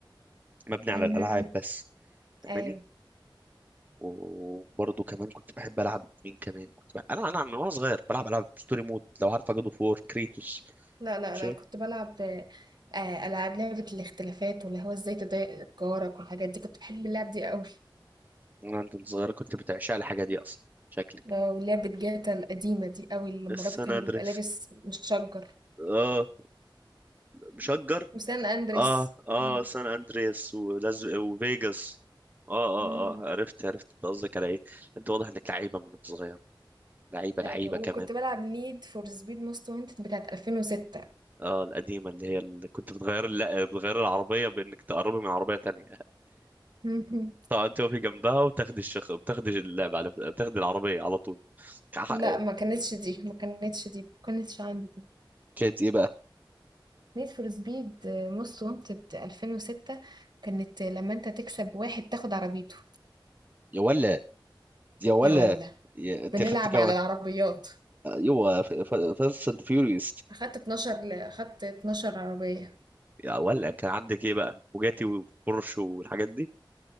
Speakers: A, on the right; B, on the right.
A: مبني
B: امم
A: على الالعاب بس فاهماني؟
B: ايوه
A: وبرضه كمان كنت بحب العب مين كمان كنت بحب... انا انا من وانا صغير بلعب العاب ستوري مود لو عارفه جادو فور كريتوس
B: لا لا
A: شيء
B: لا كنت بلعب آه العاب لعبه الاختلافات واللي هو ازاي تضايق جارك والحاجات دي كنت بحب اللعب دي قوي
A: انا انت صغير كنت بتعشق الحاجه دي اصلا شكلك
B: آه، ولعبه جاتا القديمه دي قوي لما الراجل
A: سان
B: كان
A: اندريس
B: بيبقى لابس مشجر
A: اه مشجر
B: وسان اندريس
A: اه اه
B: آه.
A: سان اندريس ولز... وفيجاس اه اه
B: امم
A: اه عرفت عرفت انت قصدك على ايه انت واضح انك لعيبه من وأنت صغير لعيبه
B: ايوه
A: لعيبه
B: وكنت
A: كمان
B: بلعب نيد فور سبيد موست وانتد بتاعت 2006
A: اه القديمه اللي هي اللي كنت بتغير لا بتغير العربيه بانك تقربي من عربيه تانية
B: <laughs>
A: طبعا توفي جنبها وتاخدي الشخ بتاخدي اللعبة على بتاخدي العربية على طول كح-
B: لا ما كانتش دي ما كانتش دي ما كانتش عندي دي
A: كانت ايه بقى
B: نيد فور سبيد موست وانتد 2006 كانت لما انت تكسب واحد تاخد عربيته
A: يا ولا يا ولا
B: يا ولا
A: يا- انت
B: بنلعب
A: خدت كمان
B: على العربيات
A: يوا فاست اند فيوريوس
B: اخدت 12 ل- اخدت 12 عربية
A: يا ولا كان عندك ايه بقى بوجاتي وبورش والحاجات دي